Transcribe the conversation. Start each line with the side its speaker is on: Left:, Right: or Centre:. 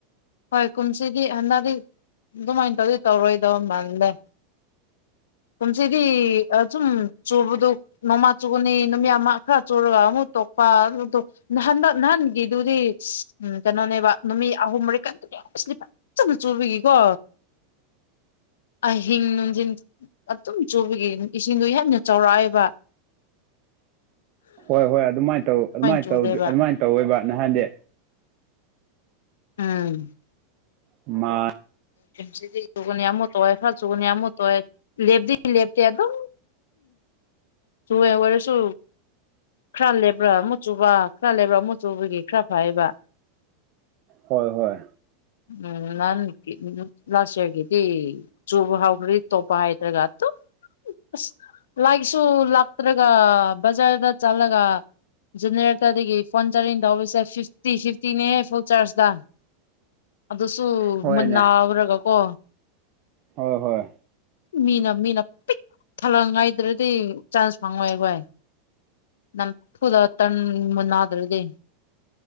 Left: ꯍꯣꯏ ꯀꯨꯝꯁꯤꯗꯤ ꯍꯟꯗꯛꯗꯤ ꯑꯗꯨꯃꯥꯏꯅ ꯇꯧꯗꯤ ꯇꯧꯔꯣꯏꯗꯕ ꯃꯥꯜꯂꯦ ꯀꯨꯝꯁꯤꯗꯤ ꯑꯗꯨꯨꯝ ꯆꯨꯕꯗꯣ ꯅꯣꯡꯃꯥ ꯆꯨꯒꯅꯤ ꯅꯨꯃꯤꯠ ꯑꯃ ꯈꯔ ꯆꯨꯔꯒ ꯑꯃꯨꯛ ꯇꯣꯛꯄ ꯑꯗꯨꯗ‌ꯣ ꯅꯍꯟꯗꯛ ꯅꯍꯟꯒꯤꯗꯨꯗꯤ ꯎꯝ ꯀꯩꯅꯣꯅꯦꯕ ꯅꯨꯃꯤꯠ ꯑꯍꯨꯝ ꯃꯔꯤ ꯀꯟꯇꯤꯅ꯭ꯌꯨꯁꯂꯤ ꯐꯖꯅ ꯆꯨꯕꯒꯤꯀꯣ ꯑꯍꯤꯡ ꯅꯨꯡꯗꯤꯟ ꯑꯗꯨꯝ ꯆꯨꯕꯒꯤ ꯏꯁꯤꯡꯗꯣ ꯌꯥꯝꯅ ꯆꯥꯎꯔꯥꯛꯑ‌ꯦꯕ
Right: ꯍꯣꯏ ꯍꯣꯏ ꯑꯗꯨꯃꯥꯏꯅ ꯇꯧ ꯑꯗꯨꯃꯥꯏꯅ
Left: ꯆꯨꯗꯦꯕ
Right: ꯇꯧ ꯑꯗꯨꯃꯥꯏꯅ ꯇꯧꯋ‌ꯦꯕ ꯅꯍꯥꯟꯗꯤ
Left: ꯎꯝ
Right: ꯃꯥ
Left: ꯁꯤꯗꯤ ꯆꯨꯒꯅꯤ ꯑꯃꯨꯛ ꯇꯣꯛꯑꯦ ꯈꯔ ꯆꯨꯒꯅꯤ ꯑꯃꯨꯛ ꯇꯣꯛꯑꯦ ꯂꯦꯞꯇꯤ ꯂꯦꯞꯇꯦ ꯑꯗꯨꯝ ꯆꯨꯋ‌ꯦ ꯑ‌ꯣꯏꯔꯁꯨ ꯈꯔ ꯂꯩꯕ꯭ꯔꯥ ꯃꯨꯛ ꯆꯨꯕ ꯈꯔ ꯂꯦꯕ꯭ꯔꯥ ꯃꯨꯛ ꯆꯨꯕꯒꯤ ꯈꯔ ꯐꯩꯌ‌ꯦꯕ
Right: ꯍꯣꯏ ꯍꯣꯏ
Left: ꯎꯝ ꯅꯥꯍꯟꯒꯤ ꯂꯥꯥꯁ ꯏꯌꯥꯔꯒꯤꯗꯤ ꯆꯨꯕ ꯍꯥꯥꯎꯒ꯭ꯔꯗꯤ ꯇꯣꯄ ꯍꯥꯏꯇ꯭ꯔꯒ ꯗꯨꯝ ꯑꯁ ꯂꯥꯏꯒꯁꯨ ꯂꯥꯛꯇ꯭ꯔꯒ ꯕꯖꯥꯔꯗ ꯆꯠꯂꯒ ꯖꯦꯅꯦꯔꯦꯇꯔ ꯗꯒꯤ ꯐꯣꯟ ꯆꯥꯔꯖꯤꯡ ꯇꯧꯕꯁꯦ ꯐꯤꯐꯇꯤ ꯐꯤꯐꯇꯤꯅꯦꯍ‌ꯦ ꯐꯨꯜ ꯆꯥꯔꯖꯇ ꯑꯗꯨꯁꯨ
Right: ꯍꯣꯏꯅꯦ
Left: ꯃꯨꯟꯅꯎꯔꯒ ꯀꯣ
Right: ꯍꯣꯏ ꯍꯣꯏ
Left: ꯃꯤꯅ ꯃꯤꯅ ꯄꯤꯛ ꯊꯜꯂꯛꯉꯥꯏꯗ꯭ꯔꯗꯤ ꯆꯥꯟꯁ ꯐꯪꯉꯣꯏ ꯑꯩꯈꯣꯏ ꯅꯝ ꯊꯨꯔ ꯇ꯭ꯔꯟ ꯃꯨꯟꯅꯗ꯭ꯔꯗꯤ